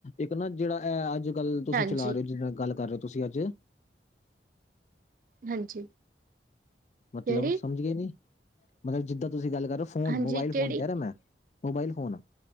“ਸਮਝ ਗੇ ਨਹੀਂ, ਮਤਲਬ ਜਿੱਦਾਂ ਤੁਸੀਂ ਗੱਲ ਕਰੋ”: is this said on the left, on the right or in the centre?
Left